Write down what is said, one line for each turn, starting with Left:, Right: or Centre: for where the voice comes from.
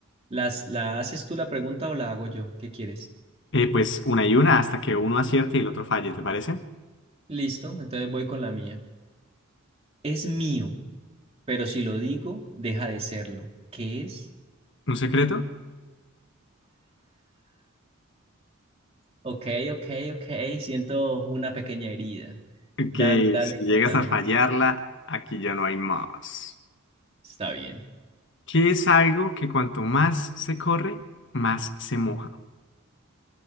Right: ¿Las, la haces tú la pregunta o la hago yo? ¿Qué quieres?
Left: Eh, pues una y una hasta que uno acierte y el otro falle, ¿te parece?
Right: Listo, entonces voy con la mía. Es mío, pero si lo digo, deja de serlo. ¿Qué es?
Left: ¿Un secreto?
Right: Ok, ok, ok, siento una pequeña herida.
Left: Ok,
Right: Dal- dale
Left: si llegas
Right: con la
Left: a
Right: mía.
Left: fallarla, aquí ya no hay más.
Right: Está bien.
Left: ¿Qué es algo que cuanto más se corre, más se moja?